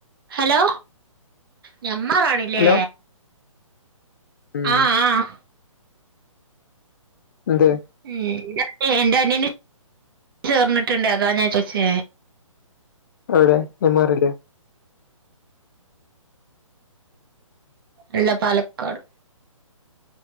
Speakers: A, on the right (about 40°); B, on the left (about 35°).
A: hello Nenmara ആണില്ലേ
B: ഹലോ ഉം
A: ആഹ് ആഹ്
B: എന്തെ
A: ഉം <unintelligible> എന്റെ അനിയനും ചേർന്നിട്ടുണ്ട് അതാ ഞാൻ ചോദിച്ചേ
B: എവിടെ നെന്മാറേലാ
A: അല്ല പാലക്കാട്